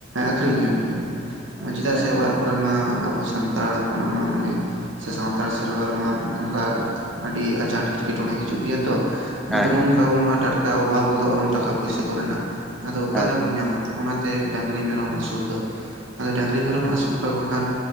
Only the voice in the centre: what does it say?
ᱟᱪᱪᱷᱟ
ᱦᱮᱸ
ᱦᱮᱸ
ᱦᱮᱸ ᱦᱮᱸ ᱦᱮᱸ ᱦᱮᱸ ᱦᱮᱸ ᱦᱮᱸ ᱦᱮᱸ ᱦᱮᱸ ᱦᱮᱸ ᱦᱮᱸ ᱦᱮᱸ
ᱦᱮᱸ ᱦᱮᱸ